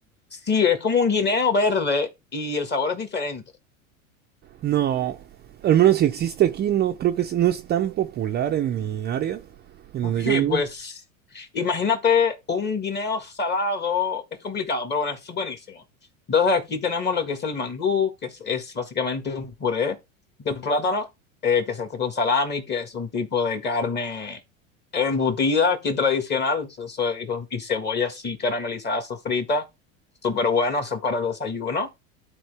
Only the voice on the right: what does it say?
No, al menos si existe aquí, no creo que es- no es tan popular en mi área, en
donde yo vivo.